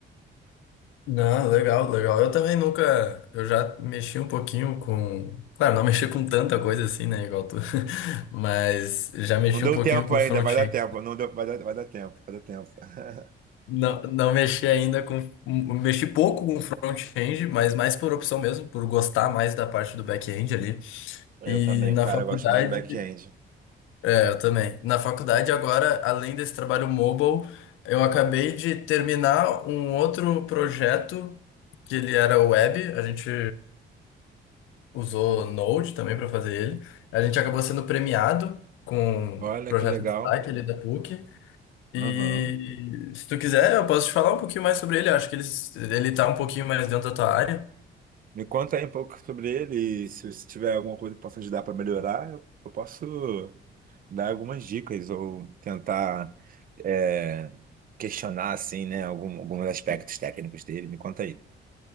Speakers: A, on the left; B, on the right.
A: Não, legal, legal. Eu também nunca. Eu já mexi um pouquinho com. Claro, não <laughs> mexi com tanta coisa assim, né, igual tu. <laughs> Mas já mexi
B: Não deu
A: um pouquinho
B: tempo
A: com
B: ainda,
A: front-end.
B: vai dar tempo, não deu, vai dar, vai dar tempo, vai dar tempo. <laughs>
A: Não, não mexi ainda com. Mexi pouco com front-end, mas mais por opção mesmo, por gostar mais da parte do back-end ali.
B: Eu
A: E
B: também,
A: na
B: cara,
A: faculdade.
B: eu gosto mais do back-end.
A: É, eu também. Na faculdade, agora, além desse trabalho mobile, eu acabei de terminar um outro projeto que ele era web. A gente usou Node também para fazer ele. A gente acabou sendo premiado com
B: Olha
A: o projeto
B: que legal.
A: de destaque ali da PUC. E
B: Aham.
A: se tu quiser, eu posso te falar um pouquinho mais sobre ele. Acho que ele, ele tá um pouquinho mais dentro da tua área.
B: Me conta aí um pouco sobre ele e se você tiver alguma coisa que possa ajudar para melhorar, eu, eu posso dar algumas dicas ou tentar é, questionar assim, né, algum, alguns aspectos técnicos dele. Me conta aí.